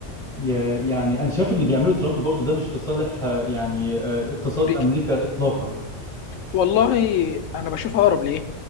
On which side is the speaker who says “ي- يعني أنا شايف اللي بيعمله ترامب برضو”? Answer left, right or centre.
Centre